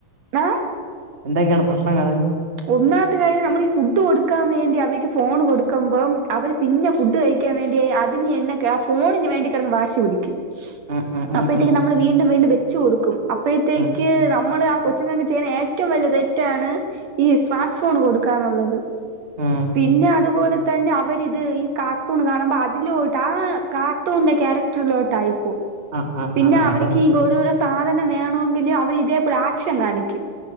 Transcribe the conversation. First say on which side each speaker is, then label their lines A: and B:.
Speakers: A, on the right (about 65°); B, on the right (about 20°).
A: ഏ
B: എന്തൊക്കെയാണ് പ്രശ്നങ്ങള്
A: ഒന്നാമത്തെ കാര്യം നമ്മൾ ഈ ഫുഡ് കൊടുക്കാൻ വേണ്ടി അവർക്ക് ഫോൺ കൊടുക്കുമ്പം അവര് പിന്നെ ഫുഡ് കഴി ക്കാൻ വേണ്ടിയ അതിന് എന്നൊക്കെ ആ ഫോണിന് വണ്ടിക്കിടന്ന് വാശി പിടിക്കും
B: ഉം ഉം ഉം
A: അപ്പഴ്ത്തേക്ക്
B: ഉം
A: നമ്മള് വീണ്ടും വീണ്ടും വെച്ച് കൊടുക്കും അപ്പഴത്തേക്ക്
B: ഉം
A: നമ്മൾ ആ കൊ ച്ച്ങ്ങൾക്ക് ചെയ്യണ ഏറ്റും വലിയ തെറ്റാണ് ഈ സ്മാർട്ട് ഫോൺ കൊടുക്കാന്നുള്ളത്
B: ആ
A: പിന്നെ അതുപോലെ തന്നെ അവരിത് ഈ കാർട്ടൂൺ കാണുമ്പോ അതിലോട്ട് ആ കാർട്ടൂണ്ന്റെ ക്യാരക്ടറിലോട്ട് ആയിപ്പോ
B: ആ ആ
A: പിന്നെ
B: ആ ആ,
A: അവർക്ക്
B: അത് അത്
A: ഓരോരോ സാധനം വേണമെങ്കിലും അവർ ഇതേപോലെ ആക്ഷൻ കാണിക്കും.